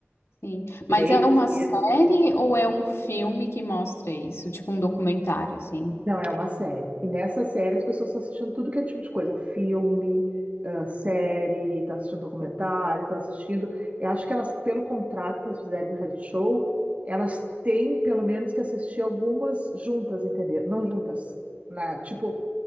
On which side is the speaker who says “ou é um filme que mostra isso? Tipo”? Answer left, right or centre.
Left